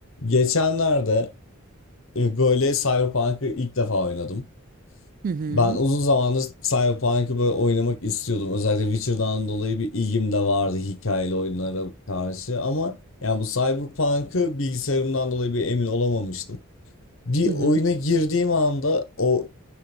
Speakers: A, on the left (about 65°); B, on the right (about 40°).
A: Geçenlerde e, böyle Cyberpunk'ı ilk defa oynadım.
B: Hı hı.
A: Ben uzun zamandır Cyberpunk'ı böyle oynamak istiyordum. Özellikle Witcher'dan dolayı bir ilgim de vardı hikayeli oyunlara karşı. Ama yani bu Cyberpunk'ı bilgisayarımdan dolayı bir emin olamamıştım. Bir
B: Hı hı.
A: oyuna girdiğim anda o